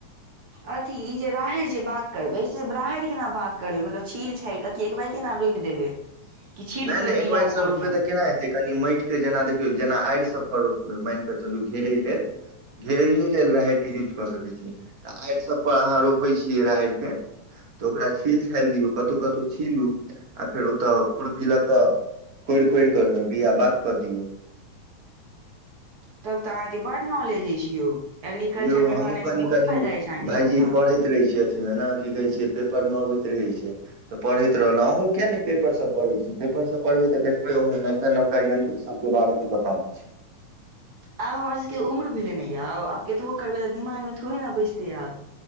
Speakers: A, on the right; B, on the right.
A: अथी ई जे राहरि जे बाग करबै से राहरि केना बाग करबै मतलब छील हेलक किएक एकबा केना रोपि देबै कि छीट
B: नहि
A: देबै
B: नहि एक
A: बिया
B: एक
A: ऊपरसँ
B: सए रुपै त केना हेतै कनि माटिक के जेना देखियौ जेना आड़ि सब पर रोपबै मान कऽ चलू घेरै लेल घेरैे लेल राहैर के यूज कऽ सकैत छियै तऽ आड़ि सब पर अहाँ रोपे छियै राहैर के तऽ ओकरा छील छालि दियौ कतहु कतहु छीलू आ फेर ओतऽ खुरपी ल के कोड़ि कोरि कऽ ओहिमें बिया बाग कऽ दियऔ
A: तब तऽ अहाँके बड नॉलेज अछि यौ एग्रीकल्चर
B: यौ
A: मे
B: हमहूँ
A: रहनासँ
B: कनि
A: बहुत
B: कनि
A: फायदा अछि अहाँके
B: भायजी
A: तब तऽ
B: पढ़ैत रहै छै अथी मे न‌ की कहै छै पेपर मे अबैत रहै छै तऽ पढ़ैत रहलहुँ अहुँ किया नहि पेपरसभ पढ़ैत छी पेपरसभ पढ़बै तऽ देखबै अहूँ नवका नवका यन्त्रसभ के बारे मे बताबै छै
A: आब हमर सभके उम्र भेलै ने यौव आब केतबो करबै तऽ दिमागमे थोड़े ने बैसतै आब